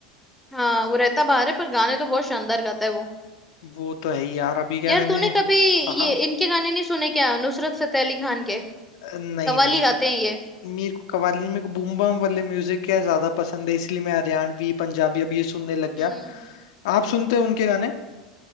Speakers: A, in the centre; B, on the left.
A: हाँ वो रहता बाहर है पर गाने तो बहुत शानदार गाता है वो
B: वो तो है ही यार अभी क्या
A: यार
B: मैंने
A: तूने
B: हाँ
A: कभी
B: हाँ।
A: ये इनके गाने नहीं सुने क्या नुसरत फतेह अली खान के
B: नहीं
A: कव्वाली
B: नहीं
A: गाते हैं ये
B: मेरे को कव्वाली मेरे को बूम बम वाले म्यूजिक क्या ज्यादा पसंद है इसलिए मैं हरियाणवी पंजाबी अब ये सुनने लग
A: हम्म
B: गया आप सुनते हो उनके गाने